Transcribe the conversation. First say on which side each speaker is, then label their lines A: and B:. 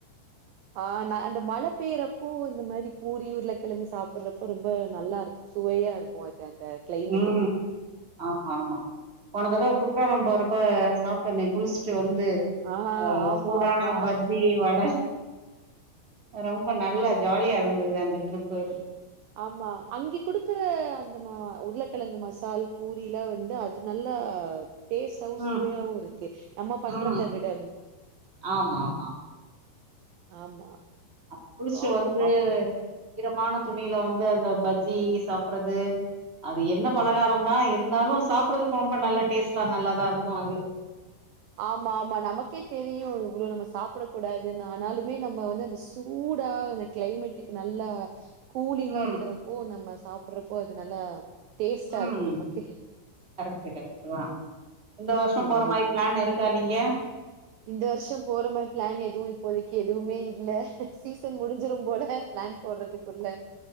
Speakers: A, on the right; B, on the right.
A: ஆ நா அந்த மழ பெய்றப் போ இந்த மாரி பூரி உருளக்கெழங்கு சாப்படுறப்ப ரொம்ப நல்லா இருக் சுவையா இருக்கு அது அந்த கிளைமேட்டுக்கு
B: ம் ஆமா ஆமா போன தடவ குற்றாலோ போறப்ப சாப்ட்டோமே குளிச்சுட்டு வந்து
A: ஆ
B: அ
A: ஆமா
B: சூடான
A: ஆமா
B: பஜ்ஜி வட ரொம்ப நல்ல ஜாலியா இருந்தது அந்த ட்ரிப்பு
A: <inaudible> ஆமா அங்கே குடுக்குற அந்த மா உருளக்கெழங்கு மசால் பூரியிலா வந்து அது நல்லா டேஸ்டாவு
B: ம்
A: சுவையாவு இருக்கு நம்ம பண்றத
B: ம்
A: விட
B: ஆமா ஆமா
A: ஆமா
B: அப் குளிச்சு
A: பாப்போ
B: வந்து
A: பாப்
B: ஈரமான துணியில வந்து அந்த பஜ்ஜி சாப்பறது அது எண்ண பலகாரந்தா இருந்தாலு சாப்பறதுக்கு ரொம்ப நல்ல டேஸ்ட்டா நல்லாதா இருக்கு அது
A: ஆமா ஆமா நமக்கே தெரியு இவ்ளோ நம்ம சாப்பட கூடாதுன்னு ஆனாலுமே நம்ம வந்து அந்த சூடா அந்த கிளைமேட்டுக்கு நல்லா கூலிங்கா
B: ம்
A: இருக்கறப்போ நம்ம சாப்படுறப்போ அது நல்லா டேஸ்ட்டா
B: ம்
A: இருக்கும் நமக்கே.
B: கரெக்ட்டு கரெக்ட்டு தா இந்த வருஷோ
A: ஆமா.
B: போற மாரி பிளான் இருக் கா நீங்க
A: இந்த வருஷம் போற மாரி பிளான் எதுவு இப்போதைக்கு எதுவுமே இல்ல சீசன் முடிஞ்சிரும் போல பிளான் போடுறதுக்குள்ள